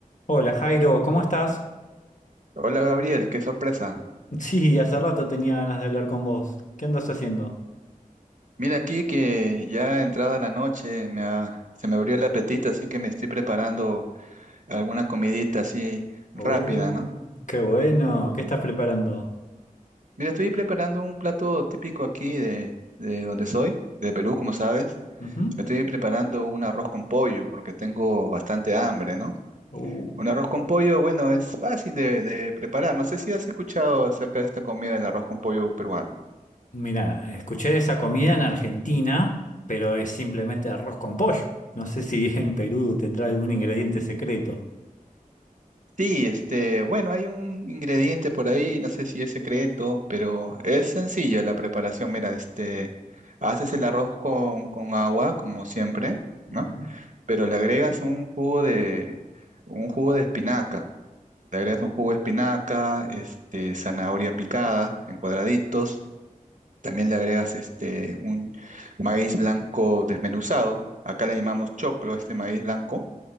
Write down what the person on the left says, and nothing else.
Hola Jairo, ¿cómo estás?
<laughs> Sí, hace rato tenía ganas de hablar con vos. ¿Qué andas haciendo?
Oh,
qué bueno. ¿Qué estás preparando?
Ujú.
Uh,
mira, escuché esa comida en Argentina, pero es simplemente arroz con pollo. No sé si <laughs> en Perú tendrá algún ingrediente secreto.
Ujú,